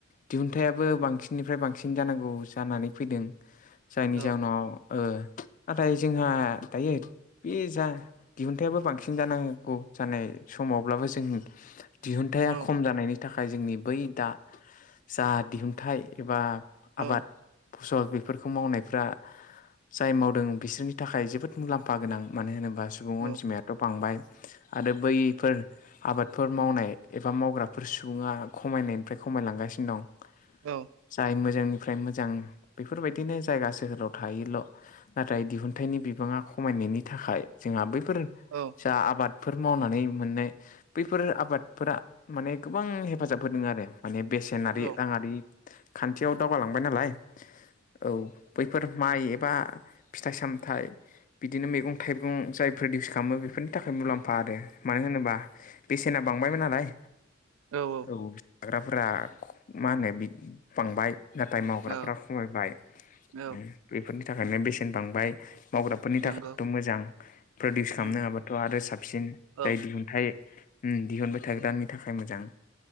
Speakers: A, on the left; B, on the right.
A: दिहुनथायाइबो बांसिननिफ्राय बांसिन जानांगौ जानानै फैदों। जायनि
B: औ
A: जाहोनाव ओ नाथाय जोंहा दायो बे जा दिहुनथाइबो बांसिन जानांगौ जानाय समावब्लाबो जों दिहुनथाइ
B: औ
A: खम जानायनि नि थाखाय जोंनि बै दा जा दिहुनथाइ एबा
B: औ
A: आबाद फसल बेफोरखौ मावनायफ्रा जाय मावदों बिसोरनि थाखाय जोबोद मुलाम्फा गोनां मानो होनोबा सुबुं
B: औ
A: अनजिमायाथ' बांबाय आरो बैफोर आबादफोर मावनाय एबा मावग्राफोर सुबुङा खमायनायनिफ्राय खमायलांगासिनो दं। जाय
B: औ
A: मोजांनिफ्राय मोजां बेफोरबायदिनो जायगा सोहोराव थाहैयोल'। नाथाय दिहुनथाइनि बिबाङा खमायनायनि थाखाय जोंहा बैफोरो
B: औ।
A: जा आबादफोर मावनानै मोननाय बैफोर आबादफोरा माने गोबां हेफाजाब होदों आरो माने बेसे सेनारि
B: औ
A: राङारि खान्थियाव दावगालांबाय नालाय औ बैफोर माइ एबा फिथाइ सामथाइ बिदिनो मैगं थाइगं' जाय फ्रदिउस खालामो बेफोरनि थाखाय मुलाम्फा आरो मानो होनोबा बेसेना बांबायमोन नालाय
B: औ औ।
A: औ जाग्राफोरा मा होनो बि बांबाय। नाथाय मावग्राफ्रा
B: औ
A: खमायबाय ओम
B: औ
A: बेफोरनि थाखायनो बेसेन बांबाय। मावग्राफोरनि थाखायथ'
B: नंगौ
A: मोजां प्रदिउस खालामनो
B: उम
A: हाबाथ' आरो साबसिन
B: औ
A: दा इदि दिहुनथाइ ओम दिहुनबाय थाग्रानि थाखाय मोजां।